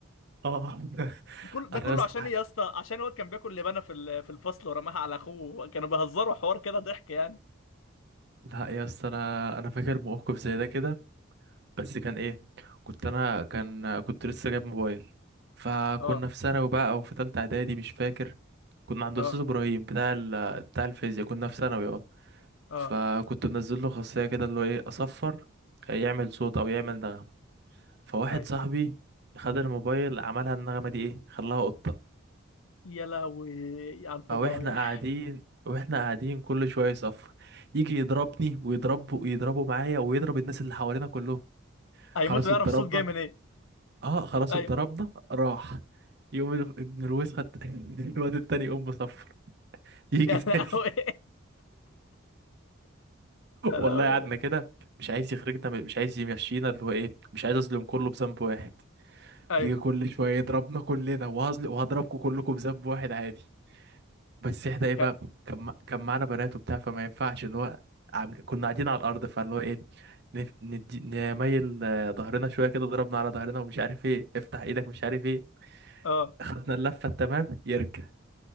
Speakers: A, on the right; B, on the left.
A: اه <laughs>
B: كل ده
A: انا
B: كله
A: يا اسطى
B: عشان ايه يا اسطى عشان الواد كان بياكل لبانه في ال- في الفصل ورماها على اخوه كانوا بيهزروا حوار كده ضحك يعني
A: لا يا اسطى انا انا فاكر موقف زي ده كده بس كان ايه كنت انا كان كنت لسه جايب موبايل فكنا
B: اه
A: في ثانوي بقى او في ثالثه اعدادي مش فاكر كنا عند
B: اه
A: استاذ ابراهيم بتاع ال... بتاع الفيزياء كنا في ثانوي اه
B: اه
A: فكنت منزل له خاصية كده اللي هو ايه اصفر آه، يعمل صوت او يعمل نغمة فواحد
B: ايوه
A: صاحبي خد الموبايل عملها النغمة دي ايه خلاها قطة
B: يا لهوي على الفضايح
A: او احنا قاعدين واحنا قاعدين كل شوية يصفر يجي يضربني ويضربه ويضربه معايا ويضرب الناس اللي حوالينا كلهم
B: هيموت
A: خلاص
B: ويعرف
A: اتضربنا
B: الصوت جاي من ايه
A: اه خلاص
B: ايوه
A: اتضربنا راح يقوم ال- ابن الوسخة الت- <laughs> الواد التاني يقوم مصفر يجي
B: <laughs> يا
A: تاني
B: لهوي
A: <laughs> والله
B: يا لهوي
A: قعدنا كده مش عايز يخرجنا مش عايز يمشينا اللي هو ايه مش عايز اظلم كله بذنب واحد
B: ايوه
A: يجي كل شوية يضربنا كلنا وهزل وهضربكم كلكم بذنب واحد عادي بس احنا ايه
B: ك...
A: بقى كان مع- كان معانا بنات وبتاع فما ينفعش اللي هو عامل... كنا قاعدين على الأرض فاللي هو ايه نف... ندي... نميل آه، ظهرنا شوية كده ضربنا على ظهرنا ومش عارف ايه افتح ايدك مش عارف ايه
B: اه
A: خدنا اللفة التمام يرجع